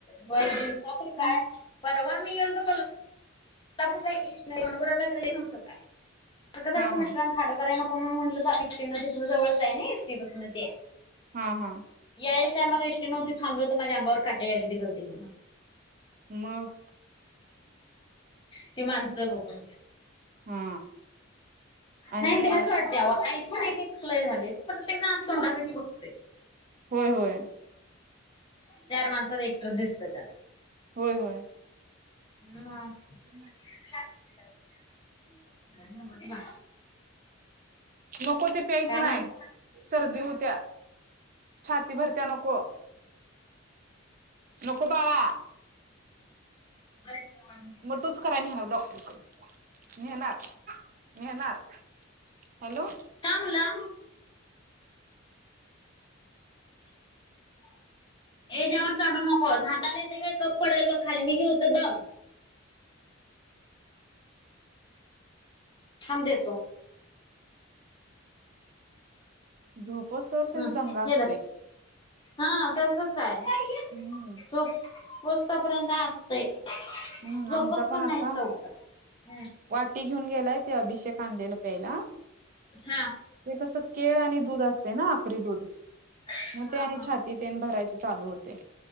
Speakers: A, on the left (about 20°); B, on the right (about 40°).
A: व्हय दिवसा तर
B: ह
A: काय परवा मी गेलतो क ल्हापुरला <unintelligible> न्हवत काय, सारखं सारखं
B: हा हा
A: मिस्टर आमचं खाड कराय नको म्हणून म्हटलं जा एसटीन तिथनं जवळ जाय नाई एसटीपासून जवळच ते.
B: हा हा
A: या <unintelligible> आम्हाला इष्टी नव्हती थांबलवतो माझ्या अंगावर काटे यालती गर्दी बघून.
B: मग?
A: ती माणसं बघून.
B: हा आणि
A: नाही भ्याच वाटते अहो. आई पण एक एक लई झालंय. प्रत्येक जण आस तोंडाकडनी बघतय.
B: होय होय
A: चार माणसात एकटच दिसलं तर.
B: होय, होय.
A: मग.
B: हम्म, हम्म.
A: काय न्हवच बा.
B: नको ते प्यायचं
A: काय
B: नाही,
A: म्हण
B: सर्दी होत्या. छाती भरत्या नको, नको बाळा.
A: <unintelligible>
B: मग तोच कराय नेहणार डॉक्टरकडे नेहणार. नेहणार हॅलो.
A: का मुलाम
B: <inaudible>
A: याच्यावर चढू नकोस हाताला येतय काय कप, पडेल बघ खाली मी घेतु दम. थांब देतो.
B: झोपसोतवर त्याचा
A: हम्म
B: दंगा असतोय.
A: हे धर हा तसचं आहे.
B: हम्म
A: झोप होस्तोपर्यंत असतंय.
B: हम्म
A: झोपत
B: आमचा
A: पण
B: आता
A: नाहीत लवकर. हम्म.
B: वाटी घेऊन गेलाय कि अभिषेक आणलेला प्यायला.
A: हा.
B: ते कसं केळ आणि दूध असते ना अकरी दूध.
A: हा
B: म ते आणि
A: हा
B: छाती तेन भरायचे चालू होते